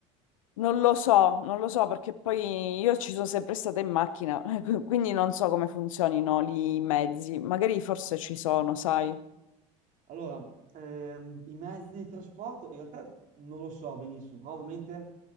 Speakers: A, on the left; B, on the right.
A: non lo so, non lo so perché poi io ci sono sempre stata in macchina, <laughs> quindi non so come funzionino lì i mezzi. Magari forse ci sono, sai?
B: Allora, ehm, i mezzi di trasporto in realtà non lo so benissimo, però ovviamente